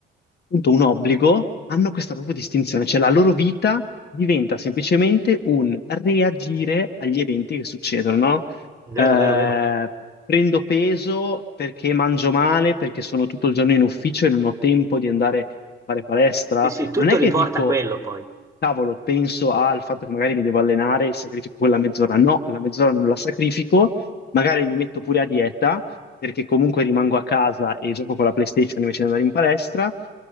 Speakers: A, on the left (about 55°); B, on the right (about 15°).
A: appunto un obbligo, hanno questa proprio distinzione, cioè la loro vita diventa semplicemente un reagire agli eventi che succedono, no?
B: Vero,
A: Eh,
B: vero, vero.
A: prendo peso perché mangio male, perché sono tutto il giorno in ufficio e non ho tempo di andare a fare palestra.
B: Sì, sì, tutto
A: Non è
B: riporta
A: che dico,
B: a quello poi.
A: cavolo, penso al fatto che magari mi devo allenare e sacrifico quella mezz'ora. No, la mezz'ora non la sacrifico, magari mi metto pure a dieta, perché comunque rimango a casa e gioco con la PlayStation invece di andare in palestra.